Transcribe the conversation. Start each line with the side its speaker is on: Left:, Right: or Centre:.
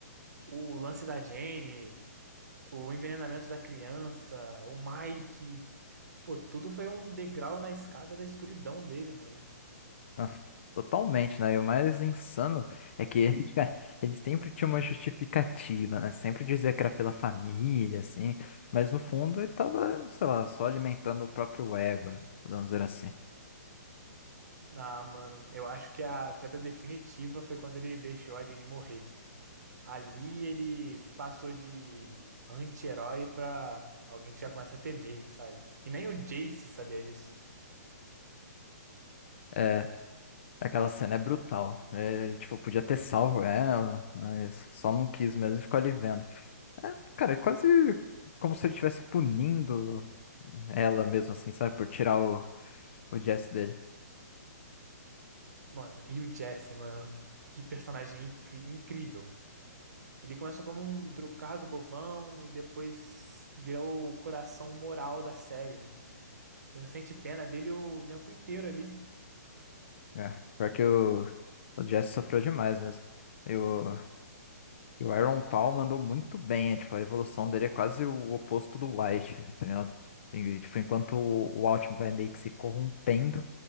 Right: O lance da Jane. o envenenamento da criança, o Mike. Pô, tudo foi um degrau na escada da escuridão dele, mano.
Left: Nossa, Totalmente, né? E o mais insano é que eles, <laughs> eles sempre tinham uma justificativa, né? Sempre dizia que era pela família, assim, mas no fundo ele tava, sei lá, só alimentando o próprio ego, né? podemos dizer assim.
Right: Ah, mano, eu acho que a virada definitiva foi quando ele deixou a Jenny morrer. Ali ele passou de anti-herói pra alguém que já começa a temer, sabe? E nem o Jace sabia disso.
Left: É, aquela cena é brutal. É, Ele, tipo, podia ter salvo ela, mas só não quis mesmo e ficou ali vendo. É, cara, é quase como se ele estivesse punindo ela mesmo, assim, sabe? Por tirar o, o Jesse dele.
Right: Mano, e o Jesse, mano, que personagem incri- incrível. Ele começa como um drogado bobão e depois vira o coração moral da série, mano. Você sente pena dele o tempo inteiro ali.
Left: É, pior que o, o Jazz sofreu demais mesmo. E o, e o Aaron Paul mandou muito bem, é, tipo, a evolução dele é quase o oposto do White, tá ligado? E, tipo, enquanto o, o Altman vai meio que se corrompendo,